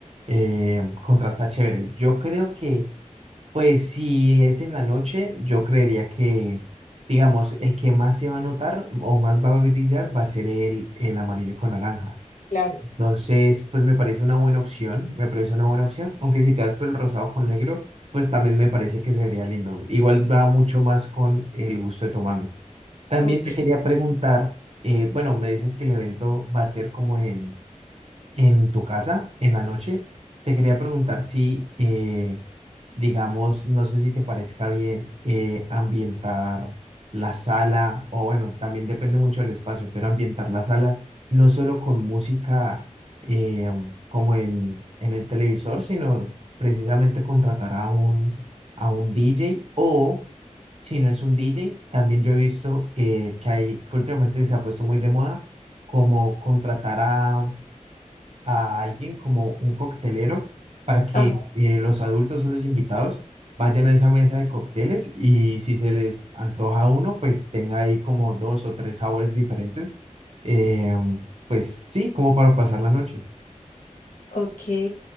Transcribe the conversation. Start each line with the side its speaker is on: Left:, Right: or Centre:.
Right: eh, contrasta chévere. Yo creo que Pues si es en la noche, yo creería que, digamos, el que más se va a notar o más va a brillar va a ser el, el amarillo con naranja.
Left: claro.
Right: Entonces, pues me parece una buena opción, me parece una buena opción, aunque si te das por el rosado con negro, pues también me parece que se vería lindo. Igual va mucho más con el gusto de tu mami. También
Left: Ok,
Right: te quería preguntar, eh, bueno, me dices que el evento va a ser como en en tu casa en la noche. Te quería preguntar si, eh, digamos, no sé si te parezca bien eh, ambientar la sala, o bueno, también depende mucho del espacio, pero ambientar la sala no solo con música eh, como en, en el televisor, sino precisamente contratar a un, a un DJ o... Si no es un DJ, también yo he visto eh, que hay, que últimamente se ha puesto muy de moda, como contratar a, a alguien como un coctelero para que
Left: ajá,
Right: eh, los adultos o los invitados vayan a esa mesa de cócteles y si se les antoja uno, pues tenga ahí como dos o tres sabores diferentes. eh, pues sí, como para pasar la noche.
Left: ok.